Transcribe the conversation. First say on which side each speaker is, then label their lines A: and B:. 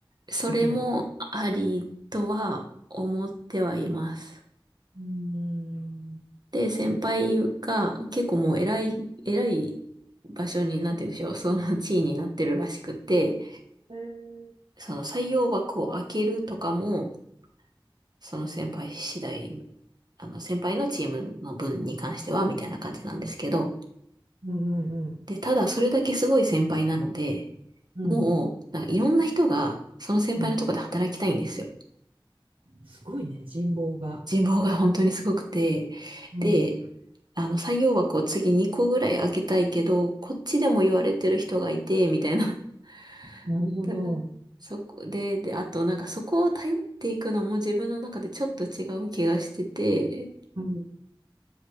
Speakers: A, on the right; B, on the right.
A: それもありとは思ってはいます。
B: できない。うーん。
A: で、先輩が結構もう偉い、
B: そう。
A: 偉い場所になんて言うんでしょう。その地位になってるらしくて、
B: へえ
A: その採用枠を開けるとかも、その先輩次第、あの、先輩のチームの分に関しては、みたいな感じなんですけど、
B: うんうんうん。
A: で、ただそれだけすごい先輩なので、
B: うん。
A: もう、なんかいろんな人が、その先輩のとこで働きたいんですよ。
B: うんすごいね、人望が。
A: 人望が本当にすごくて、
B: うん。
A: で、あの、採用枠を次2個ぐらい開けたいけど、こっちでも言われてる人がいて、みたいな。
B: なるほど。
A: <laughs> だから、そこで、で、あとなんかそこを頼っていくのも自分の中でちょっと違う気がしてて、
B: うん。